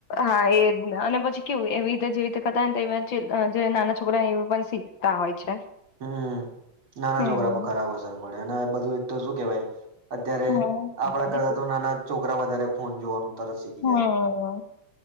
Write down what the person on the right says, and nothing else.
હમ્મ. નાના
છોકરા પર ખરાબ અસર પડે અને બધું એક તો શું કેવાય અત્યારે
આપણા કરતા તો નાના છોકરા વધારે ફોન જોવાનું તરત શીખી
જાય
એ લોકો.